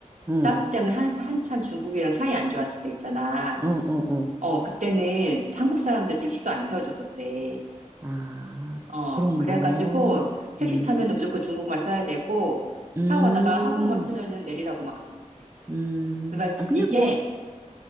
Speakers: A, on the right (about 20°); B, on the right (about 70°).
A: 어,
B: 사드 때문에 한, 한참 중국이랑 사이 안 좋았을 때 있잖아.
A: 어, 어, 어.
B: 어, 그때는 한국 사람들 택시도 안 태워줬었대.
A: 아,
B: 어,
A: 그런
B: 그래가지고
A: 거.
B: 택시
A: 음,
B: 타면은 무조건 중국말 써야 되고,
A: 음,
B: 타고 가다가 한국말 쓰면은 내리라고 막 그랬었대.
A: 음.
B: 그러니까
A: 아, 근데
B: 이게
A: 뭐,